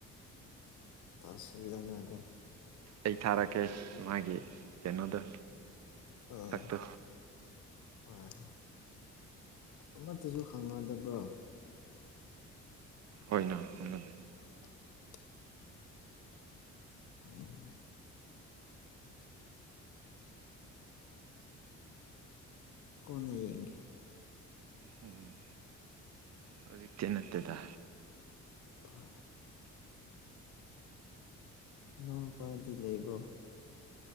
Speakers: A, on the left (about 75°); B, on the right (about 60°).
A: ꯇꯁꯅꯗ
B: ꯑꯩ ꯊꯥꯔꯛꯀꯦ ꯃꯥꯒꯤ ꯀꯩꯅꯣꯗꯣ
A: ꯑꯥ
B: ꯁꯛꯇꯨ
A: ꯍꯣꯏ ꯍꯣꯏ ꯑꯃꯠꯇꯁꯨ ꯈꯪꯅꯗꯕ꯭ꯔꯣ
B: ꯍꯣꯏꯅ ꯍꯣꯅꯗꯦ
A: <unintelligible> ꯎꯝ ꯀꯅꯌꯦ
B: ꯎꯝ ꯎꯝ
A: <unintelligible>
B: ꯍꯧꯖꯤꯛꯇꯤ ꯅꯠꯇꯦꯗ
A: ꯑ ꯅꯪ ꯐꯗꯤ ꯂꯩꯕ꯭ꯔꯣ